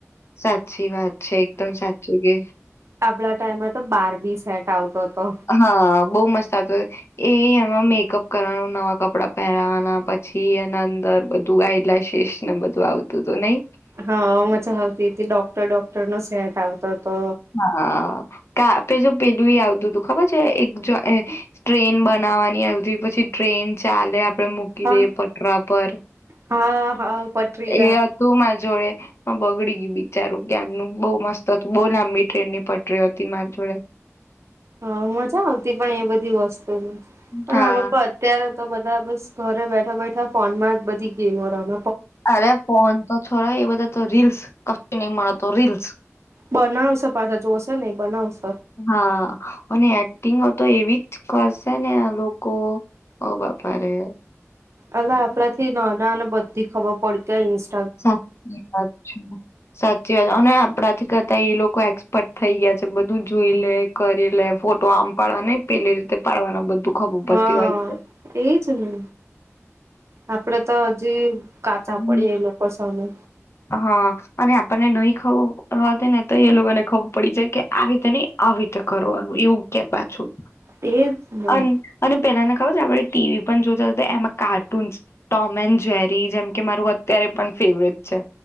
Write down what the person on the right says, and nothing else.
આપડા ટાઈમમાં તો બારબી સેટ આવતો. હતો.
હા, મજા આવતી તી ડોક્ટર ડોક્ટરનો સેટ આવતો હતો.
હા
હા હા પટરી
હા, મજા આવતી, પણ એ બધી વસ્ત તો હું પણ
આ લોકો અત્યારે તો બધા બસ ઘરે બેઠા બેઠા ફોનમાં જ બધી ગેમો રમ
બનાવશે પાછા જોશે નઈ બનાવશ
અ લા આપડાથી નોનાન બધી ખબર પડતેય નિશ
હા,
એજ ને. આપડે તો હજી કાચા
પડીયે એ લોકો સામે.
એજ ને